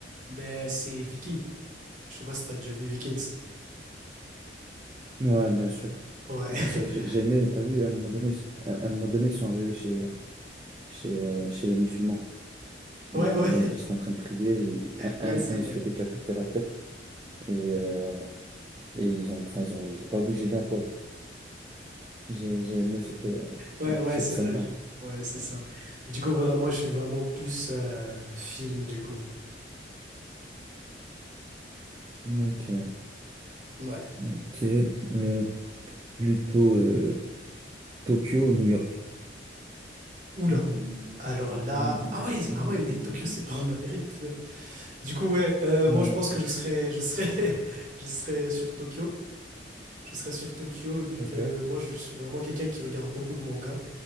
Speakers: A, on the right (about 45°); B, on the right (about 25°).
A: Ben, c'est Vikings, Je sais pas si t'as déjà vu Vikings.
B: Ouais, bien sûr.
A: Ouais.
B: Bien
A: <laughs>
B: sûr, j'ai j'ai aimé, t'as vu, à un moment donné, à à un moment donné, ils sont arrivés chez, chez, euh, chez les musulmans. Et
A: Ouais,
B: en
A: ouais,
B: mode, ils étaient en train de prier. et un,
A: ouais,
B: un-
A: c'est
B: un,
A: vrai.
B: il se fait décapiter la tête. Et, euh, et ils ont, enfin, ils ont, ils ont pas bougé d'un poil. J'ai, j'ai aimé cette, euh, cette,
A: Ouais, ouais,
B: cette
A: c'est
B: scène-là.
A: vrai. je- Ouais, c'est ça. Mais du coup, voilà, moi, je suis vraiment plus euh, film, du coup.
B: Ok,
A: Ouais.
B: ok. Euh, plutôt euh, Tokyo ou New York?
A: Oula.
B: Comment les- Mm,
A: Alors
B: mm,
A: là.
B: mm,
A: Ah ouais, ah ouais, mais
B: mm,
A: Tokyo, c'est
B: mm.
A: pas en Amérique, putain. Du coup, ouais, euh,
B: Non,
A: moi, je
B: non,
A: pense
B: c'est...
A: que je serais, je serais, <laughs> je serais sur Tokyo. Je serais sur Tokyo, vu
B: Ok.
A: que moi, je suis vraiment quelqu'un qui regarde beaucoup de mangas.